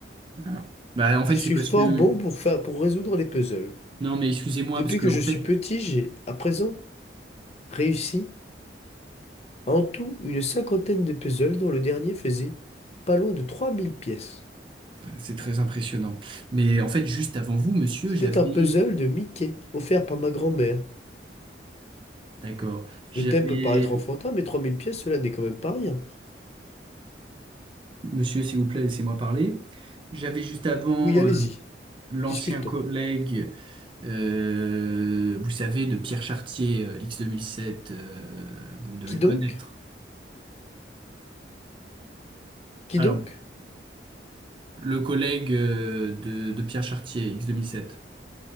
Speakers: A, on the right; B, on the left.
A: Ah. Bah, en fait,
B: Je
A: c'est
B: suis
A: parce
B: fort
A: que...
B: bon pour faire, pour résoudre les puzzles.
A: Non mais excusez-moi,
B: Depuis
A: parce que
B: que
A: en
B: je
A: fait,
B: suis petit, j'ai, à présent, réussi en tout une cinquantaine de puzzles dont le dernier faisait pas loin de 3000 pièces.
A: c'est très impressionnant. Mais en fait, juste avant vous, monsieur,
B: C'était
A: j'avais...
B: un puzzle de Mickey, offert par ma grand-mère.
A: D'accord. J'avais,
B: Le thème peut paraître enfantin, mais 3000 pièces, cela n'est quand même pas rien.
A: monsieur, s'il vous plaît, laissez-moi parler. J'avais juste avant
B: Oui, allez-y,
A: euh, l'ancien
B: discutons.
A: collègue, euh, vous savez, de Pierre Chartier, euh, X2007, euh, vous devez
B: Qui
A: le
B: donc?
A: connaître.
B: Qui
A: Alors,
B: donc?
A: le collègue euh, de, de Pierre Chartier, X2007. deux mille sept.